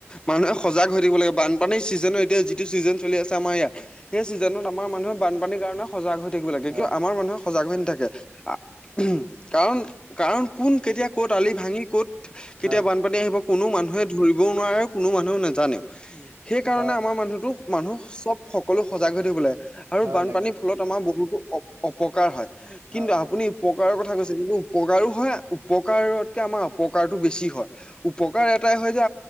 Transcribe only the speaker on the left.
মানুহে সজাগ হৈ থাকিব লাগে। বানপানীৰ চিজনৰ এতিয়া যিটো চিজন চলি আছে আমাৰ সেয়া, সেই চিজনত আমাৰ মানুহে বানপানীৰ কাৰণে সজাগ হৈ থাকিব লাগে।
কিয় আমাৰ মানুহে সজাগ হৈ নাথাকে। আ কাৰণ কাৰণ কোন কেতিয়া ক'ত আলি ভাঙি ক'ত কেতিয়া
বানপানী আহিব! কোনো মানুহে ধৰিবও নোৱাৰে। আৰু কোনো মানুহে নেজানেও। সেইকাৰণে
আমাৰ মানুহটোক মানুহ চব সকলো সজাগ হৈ থাকিব লাগে। আৰু
বানপানীৰ
ফলত আমাৰ বহুতো অপ অপকাৰ হয়। কিন্তু
আপুনি উপকাৰৰ কথা কৈছে। কিন্তু উপকাৰো হয়, উপকাৰতকে আমাৰ অপকাৰটো বেছি হয়। উপকাৰ এটাই হয় যে